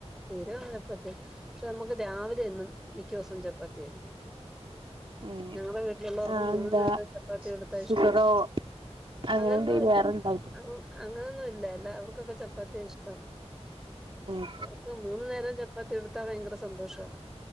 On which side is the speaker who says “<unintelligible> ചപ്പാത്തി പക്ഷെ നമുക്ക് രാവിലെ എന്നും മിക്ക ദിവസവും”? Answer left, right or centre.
Centre